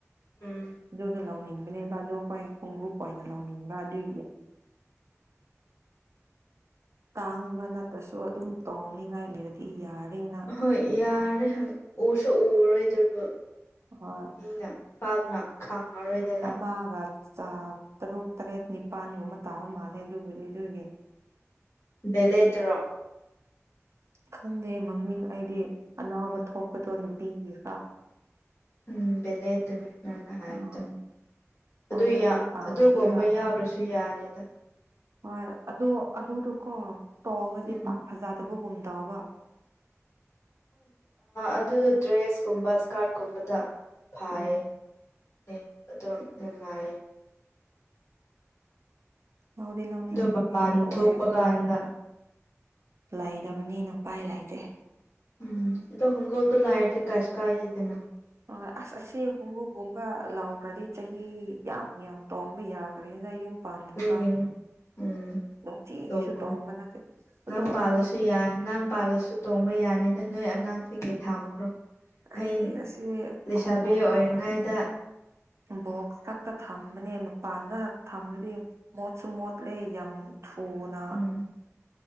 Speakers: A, on the left (about 65°); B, on the right (about 60°).
A: ꯎꯝ
B: ꯑꯗꯨꯒ ꯂꯧꯅꯤꯡꯕꯅꯦꯕ ꯑꯗꯨ ꯍꯣꯏ ꯈꯣꯡꯎꯞ ꯑꯣꯏꯅ ꯂꯧꯅꯤꯡꯕ ꯑꯗꯨꯏꯒꯤ ꯇꯥꯡꯕ ꯅꯠꯇ꯭ꯔꯁꯨ ꯑꯗꯨꯝ ꯇꯣꯡꯅꯤꯉꯥꯏ ꯂꯩꯔꯗꯤ ꯌꯥꯔꯦꯅ
A: ꯍꯣꯏ ꯌꯥꯔꯦ ꯍꫭꯏ ꯎꯁꯨ ꯎꯔꯣꯏꯗꯕꯨ
B: ꯍꯣꯏ
A: ꯃꯤꯅ ꯄꯥꯛꯅ ꯈꯥꯡꯉꯔꯣꯏꯗꯅ
B: ꯃꯒꯥ ꯇꯔꯨꯛ ꯇꯔꯦꯠ ꯅꯤꯄꯥꯜꯒꯨꯝꯕ ꯇꯥꯕ ꯃꯥꯜꯂꯦ ꯑꯗꯨꯕꯨꯗꯤ ꯑꯗꯨꯒꯤ
A: ꯕꯂꯦ ꯇꯔꯣ
B: ꯈꯪꯗꯦ ꯃꯃꯤꯡ ꯑꯩꯗꯤ ꯑꯅꯥꯎꯕ ꯊꯣꯛꯄꯗꯣ ꯅꯨꯄꯤꯒꯤ ꯍꯥꯞ
A: ꯎꯝ ꯚꯦꯂꯦꯠꯇꯨꯅꯤ ꯅꯪꯅ ꯍꯥꯏꯔꯛꯇ
B: ꯎꯝ ꯍꯣꯏꯗ
A: ꯑꯗꯨ
B: ꯄꯥꯝꯕꯅꯦꯕ
A: ꯑꯗꯨꯒꯨꯝꯕ ꯌꯥꯎꯗ꯭ꯔꯁꯨ ꯌꯥꯅꯤꯗ
B: ꯍꯣꯏ ꯑꯗꯨ ꯑꯗꯨꯗꯣꯀꯣ ꯇꯣꯡꯉꯗꯤ
A: ꯎꯝ
B: ꯄꯥꯛ ꯐꯖꯗꯕꯒꯨꯝꯗꯎꯕ
A: ꯑꯗꯨꯗꯣ ꯗ꯭ꯔꯦꯁꯀꯨꯝꯕ ꯏꯁꯀꯥꯔꯠꯀꯨꯝꯕꯗ ꯐꯥꯏꯌꯦ
B: ꯎꯝ
A: ꯅ‌ꯦ ꯑꯗꯨ ꯅꯨꯉꯥꯏꯌ‌ꯦ
B: ꯂꯧꯗꯤ ꯂꯧꯅꯤꯡꯕꯅꯦ
A: ꯑꯗꯣ ꯃꯄꯥꯟ
B: ꯑꯗꯨ ꯑꯣꯔꯦꯟꯖꯁꯨ
A: ꯊꯣꯛꯄ ꯀꯥꯟꯗ
B: ꯂꯩꯗꯕꯅꯤ ꯎꯄꯥꯏ ꯂꯩꯇꯦ
A: ꯎꯝ ꯏꯗꯣ ꯍꯣꯡꯒꯣꯜꯗꯨ ꯂꯥꯏꯗꯤ ꯀꯥꯏꯁꯨ ꯀꯥꯏꯗ‌ꯦꯗꯅ
B: ꯑꯣ ꯑ ꯑꯁꯦ ꯍꯣꯡꯒ <unintelligible> ꯑꯗꯨꯒ ꯂꯥꯎꯈ꯭ꯔꯗꯤ ꯆꯍꯤ ꯌꯥꯝ ꯌꯥꯝ ꯇꯣꯡꯕ ꯌꯥꯈ꯭ꯔꯅꯤꯅ ꯌꯨꯝ ꯄꯥꯟꯗ꯭ꯔꯤꯀꯣ
A: ꯍꯒꯅꯤ ꯎꯝ
B: ꯅꯨꯡꯇꯤꯒꯤꯁꯨ
A: ꯇꯧꯕ꯭ꯔꫭ
B: ꯇꯣꯡꯕ ꯅꯠꯇꯦ ꯑꯗꯣ
A: ꯅꯪ ꯄꯥꯜꯂꯁꯨ
B: ꯑꯩꯗꯤ
A: ꯌꯥꯏ ꯅꯪ ꯄꯥꯜꯂꯁꯨ ꯇꯣꯡꯕ ꯌꯥꯅꯤꯗ ꯅꯣꯏ ꯑꯉꯥꯡꯁꯤꯡꯒꯤ ꯊꯥꯝꯈ꯭ꯔꯣ ꯑꯩ
B: ꯍꯥꯏꯗꯤ ꯑꯁꯤ
A: ꯂꯩꯁꯥꯕꯤ
B: ꯈꯣꯡꯎꯞ
A: ꯑꯣꯏꯔꯤꯉꯩꯗ
B: ꯂꯥꯎꯔꯗꯤ ꯕꯣꯛꯁꯛ <unintelligible> ꯊꯝꯕꯅꯦ ꯃꯄꯥꯟꯗ ꯊꯝꯃꯗꯤ ꯃꯣꯠꯁꯨ ꯃꯣꯠꯂꯦ ꯌꯥꯝ ꯊꯨꯅ
A: ꯎꯝ